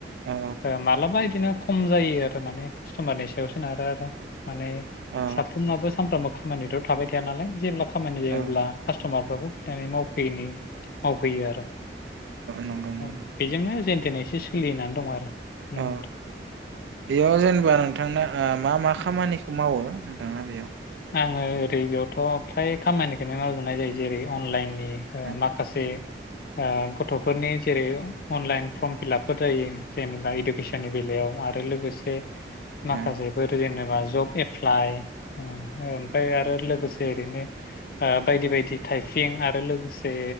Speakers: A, on the right; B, on the left.
A: औ
B: ओ मालाबा बिदिनो खम जायो आरो माने कास्टमारनि सायाव सोनारो आरो। माने
A: औ
B: साफ्रोमनाबो सानफ्रामबो खामानिथ थाबाय थाया नालाय जेब्ला खामानि जायो
A: औ
B: अब्ला कास्टमार फ्राबो फैनानै मावफैयोलै मावफैयो आरो।
A: नंगौ नंगौ
B: औ बेजोंनो जेन दिनै एसे सोलिनानै दं आरो। नोंथां
A: औ बेयाव जेनेबा नोंथांना ओ मा मा खामानिखौ मावो? नोंथाङा बेयाव?
B: आङो ओरै बेयावथ फ्राय खामानिखौनो मावजोबनाय जायो जेरै अनलाइन <unintelligible>
A: ओ
B: माखासे ओ गथफोरनि जेरै अनलाइन फर्म फिलापफोर जायो जेनेबा इडुकेसननि बेलायाव आरो लोगोसे
A: ओ
B: माखासेफोर जेने बा जब एप्लाइ। ओ ओमफाय आरो लोगोसे <unintelligible> बायदि बायदि थाइपिं आरो लोगोसे